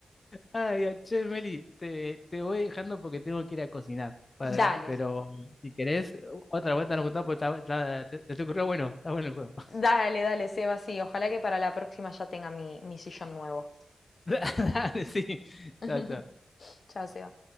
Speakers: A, on the left (about 40°); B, on the left (about 55°).
A: Ay, che, Meli, te, te voy dejando porque tengo que ir a cocinar. Pa-
B: Dale,
A: Pero si querés, otra vuelta nos juntamos porque está- está- te, te ocurrió bueno, está bueno el juego.
B: Dale, dale, Seba, sí. Ojalá que para la próxima ya tenga mi, mi sillón nuevo.
A: <laughs> Dale, sí.
B: <laughs>
A: Chao, chao.
B: Chao, Seba.